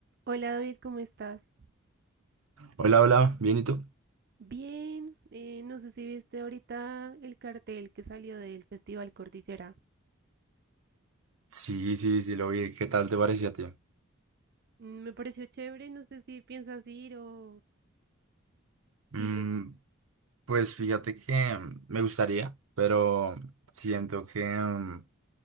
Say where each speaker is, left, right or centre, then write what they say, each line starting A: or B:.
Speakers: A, on the right; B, on the right.
A: Hola David, ¿cómo estás?
B: Hola, hola, ¿bien y tú?
A: Bien, eh, no sé si viste ahorita el cartel que salió del Festival Cordillera.
B: Sí, sí, sí, lo vi. ¿Qué tal te pareció, tío?
A: Mm, Me pareció chévere, no sé si piensas ir o
B: Mm,
A: sí. no sé.
B: pues fíjate que mm, me gustaría, pero siento que, mm,